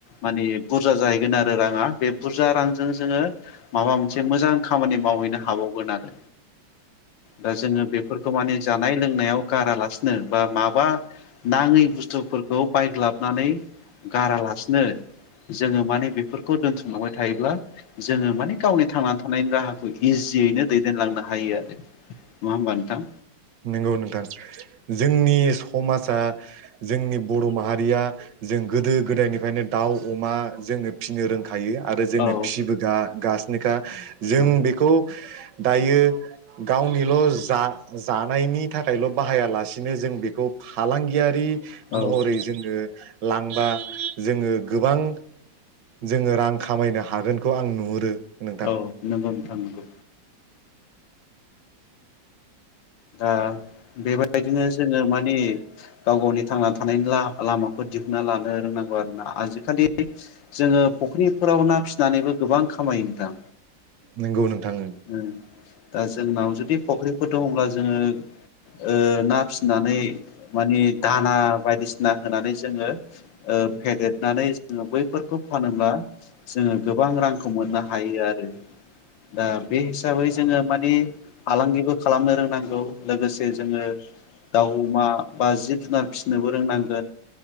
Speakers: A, on the left; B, on the right.
A: माने बुरजा जाहैगोन आरो राङा बे बुरजा रांजों जोङो माबा मोनसे मोजां खामानि मावहैनो हाबावगोन आरो दा जोङो बेफोरखौ माने जानाय लोंनायाव गारालासिनो बा माबा नाङै बुस्थुफोरखौ बायग्लाबनानै गारालासिनो जोङो माने बेफोरखौ दोनथुमलांबाय थायोब्ला जोङो माने गावनि थांना थानायनि राहाखौ इजियैनो दैदेनलांनो हायो आरो नङा होमबा नोंथां
B: नोंगौ नोंथां जोंनि समाजा जोंनि बर' माहारिया जों गोदो गोदायनिफ्रायनो दाउ अमा जोङो फिनो रोंखायो आरो जोङो
A: औ
B: फिबोगा गासि निखा जों
A: औ
B: बेखौ दायो गावनिल' जा जानायनि थाखायल' बाहायालासिनो जों बेखौ फालांगियारि
A: औ
B: महरै जोङो लांबा जोङो गोबां जोङो रां खामायनो हागोनखौ आं नुहुरो नोंथां
A: औ नोंगौ नोंथां नोंगौ दा बेबायदिनो जोङो माने गाव गावनि थांना थानायनि ला लामाखौ दिहुनना लानो रोंनांगौ आरोना आजिखालि जोङो फख्रिनिफोराव ना फिसिनानैबो गोबां खामायो नोंथां
B: नंगौ नोंथां
A: <inaudible> उम दा जोंनाव जुदि फख्रिफोर दङ'ब्ला जोङो ओ ना फि नानै माने दाना बायदिसिना होनानै जोङो ओ फेदेरनानै जोङो बैफोरखौ फानोब्ला जोङो गोबां रांखौ मोननो हायो आरो दा बे हिसाबै जोङो मानि फालांगिबो खालामनो रोंनांगौ लोगोसे जोङो दाउ अमा बा जिब जुनार फिसिनोबो रोंनां गोन